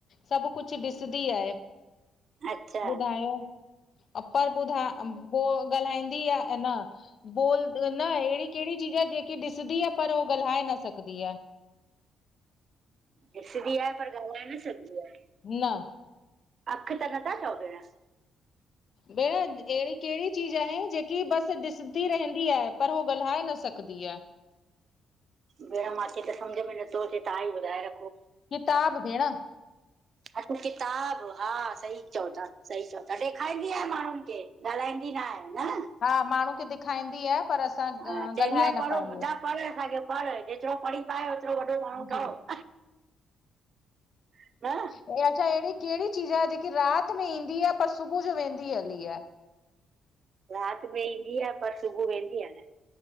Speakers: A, on the left (about 50°); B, on the right (about 50°).
A: सभु कुछ ॾिसदी आहे,
B: अच्छा
A: ॿुधायो? अ परर ॿुधा ॻाल्हाईंदी आहे न बोल न अहिड़ी <unintelligible> केहिड़ी चीज़ आ, जेकी ॾिसंदी आ, पर हो ॻाल्हाए न सघंदी आ?
B: ॾिसंदी आहे, पर ॻाल्हाए न सघंदि आहे?
A: न
B: अख त नथा चओ भेण?
A: भेण अहिड़ी केड़ी चीज आहे? जेकी बस ॾिसंदी रहंदी आहे। पर हू ॻाल्हाए न सकदी आहे।
B: भेण मांखे त सम्झ में नथो अचे तहां ई ॿुधाए रखो
A: किताब <inaudible>
B: अच किताब हा सही चओ था सही चओ था ॾेखारींदी आहे माण्हुन खे। ॻाल्हाईंदी न आहे न?
A: हा, माण्हू खे ॾिखाईंदी आ। पर असां
B: हा
A: ॻाल्हाए
B: चवंदी आहे
A: न
B: पढ़ो
A: पाईंदी
B: ॿुधा
A: आ।
B: पढ़, असांखे पढ़, जेतरो पढ़ी पाए ओतरो, वॾो माण्हू ठहो।
A: जी
B: न
A: ऐं, अच्छा एड़ी केड़ी चीज़ आहे? जेकी रात में ईंदी आ, पर सुबह जो वेंदी हली आ।
B: रात में ईंदी आह, पर सुबुअ वेंदी आ न।